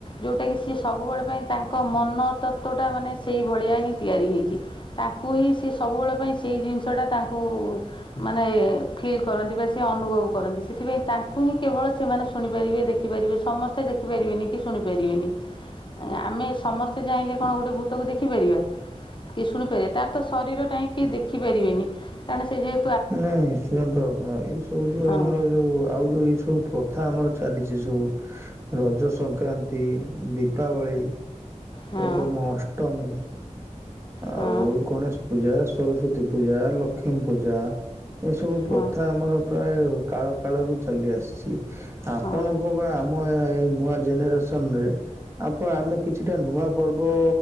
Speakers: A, on the left; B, on the right.
A: ଯୋଉଟା କିି ସିଏ ସବୁବେଳେ ପାଇଁ ତା ଙ୍କ ମନ ତତ୍ଵଟା ମାନେ ସେଇଭଳିଆ ହିଁ ତିଆରି ହେଇଛି। ତାଙ୍କୁ ହିଁ ସେ ସବୁବେଳେ ପାଇଁ ସେଇ ଜିନିଷଟା ତାଙ୍କୁ ମାନେ ଫିଲ୍ କରନ୍ତି ବା ସେ ଅନୁଭବ କରନ୍ତି। ସେଥିପାଇଁ ତାଙ୍କୁ ହିଁ କେବଳ ସେମାନେ ଶୁଣିପାରିବେ ଦେଖ ଖି ପାରିବେ, ସମସ୍ତେ ଦେଖି ପାରିବେନି କି ଶୁଣି ପାରିବେନି ଆମେ ସମସ୍ତେ ଚାହିଁଲେ କଣ ଗୋଟେ ଭୂତକୁ ଦେଖିପାରିବା କିଏ ଶୁଣିପାରିବେ, ତାର ତ ଶରୀର ନାହିଁ କିଏ ଦେଖିପାରିବେନି କାରଣ ସେ ଯେହେ
B: ନାଇଁ ଶୁଣନ୍ତୁ ଆପଣ, ଏଇ ସବୁ ଯୋଉ
A: ହଁ
B: ଆମର ଯୋଉ ଆଉ ଯଉଁ ଏଇ ସବୁ ପ୍ରଥା ଆମର ଚାଲିଛି ଏ ସବୁ ରଜ ସଂକ୍ରାନ୍ତି ଦୀପାବଳି
A: ହଁ
B: ଏବଂ ଅଷ୍ଟମୀ ଆଉ
A: ହଁ
B: ଗଣେଶ ପୂଜା ସରସ୍ଵତୀ ପୂଜା ଲକ୍ଷ୍ମୀ ପୂଜା ଏସବୁ ପ୍ରଥା
A: ହଁ
B: ଆମର ପ୍ରାୟ କାଳ କାଳରୁୁ ଚାଲି ଆସିଛି। ଆପଣ
A: ହଁ
B: ନୂଆ ବା ଆମ ଏଇ ନୂଆ ଜେନେରେସନ ରେ, ଆପଣ ଆମେ କିଛିଟା ନୂଆ ପର୍ବ